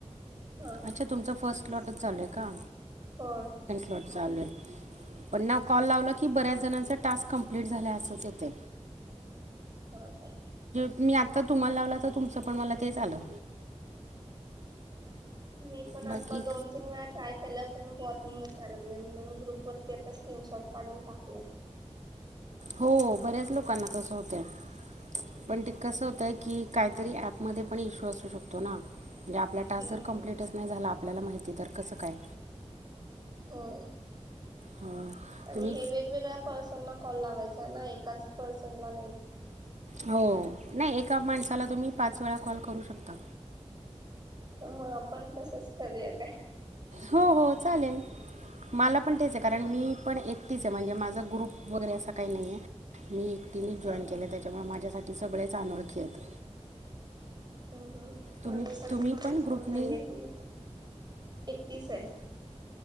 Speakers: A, on the right; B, on the right.
A: हा
B: अच्छा तुमचं फर्स्ट लॉट चालू आहे का
A: हो
B: लॉट चालू आहे पण कॉल लावलं की बऱ्याच जनाचा टास्क कंप्लीट झालय असंच येतय.
A: हा हा
B: मी आता तुम्हाला लावला तर तुमचं पण मला तेच आलं
A: मी पण
B: बाकी
A: आता दोन तीन वेळा ट्राय केलं पण वॉर्निंगच यायला लागलय म्हणून ग्रुप वरती आता स्क्रीनशॉट काढून टाकलाय
B: हो बऱ्याच लोकांना तस होतय. पण ते कसं होतय की काहीतरी ॲपमध्ये पण इश्यू असू शकतो ना म्हणजे आपला टास्क
A: हम्म
B: जर कम्प्लीटच नाही झाला. आपल्याला माहिती तर कसं काय
A: होय
B: हो
A: आणि
B: तुम्ही
A: हे वेगवेगळ्या पर्सनना कॉल लावायचा ना एकाच पर्सनला नाही.
B: हो नाही एका माणसाला तुम्ही पाच वेळा कॉल करू शकता.
A: हा आपण तसंच करूया काय.
B: हो हो चालेल मला पण तेच आहे कारण
A: ह
B: मी पण एकटीच आहे. म्हणजे माझं ग्रुप वगैरे असं काही नाही आहे. मी एक टिनिक
A: हा
B: जॉईन
A: हा.
B: केले त्याच्यामुळे माझ्यासाठी सगळेच अनोळखी आहेत.
A: हा हा
B: तुम्ही
A: माझ्यासाठी
B: तुम्ही
A: पण कोण
B: ग्रुपने
A: नाही आहे मी एकटीच आहे.